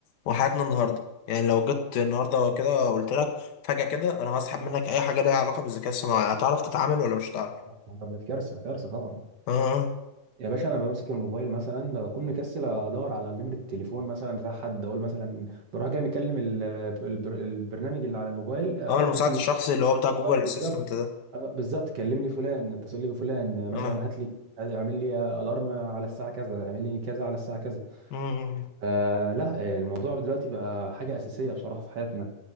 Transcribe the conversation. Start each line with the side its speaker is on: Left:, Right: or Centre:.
Left: وحياتنا النهاردة يعني لو جيت النهاردة كده قلت لك فجأة كده انا هسحب منك اي حاجة ليها علاقة بالذكاء الصناعي هتعرف تتعامل ولا مش هتعرف
Right: و... كارثه كارثه طبعا
Left: اه اه
Right: يا باشا انا بمسك الموبايل مثلا بكون مكسل ادور على نمره التليفون مثلا بتاع حد اقول مثلا بروح جاي مكلم ال- البر- البرنامج اللي على الموبايل آه،
Left: آه، المساعد
Right: هات لي
Left: الشخصي اللي هو بتاع جوجل
Right: اه بالظبط
Left: اسيستنت ده
Right: آه، بالظبط كلم لي فلان اتصل لي بفلان آه، مثلا
Left: اه
Right: هات لي اعمل لي الارم على الساعه كذا اعمل لي كذا على الساعه كذا
Left: مم.
Right: آه لا آه، الموضوع دلوقتي بقى حاجه اساسيه بصراحه في حياتنا